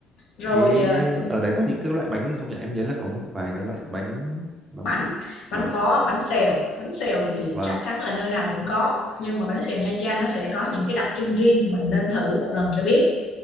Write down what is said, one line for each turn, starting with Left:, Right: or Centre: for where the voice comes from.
Left: rồi
Right: Thế
Left: ờ,
Right: ở đấy có những cái loại bánh gì không nhỉ? Em nhớ là có một vài cái loại bánh nó cũng-
Left: bánh
Right: vâng,
Left: bánh có bánh xèo bánh xèo thì
Right: vâng.
Left: chắc chắn là nơi nào cũng có nhưng mà bánh xèo Nha Trang nó sẽ có những cái đặc trưng riêng mình nên thử một lần cho biết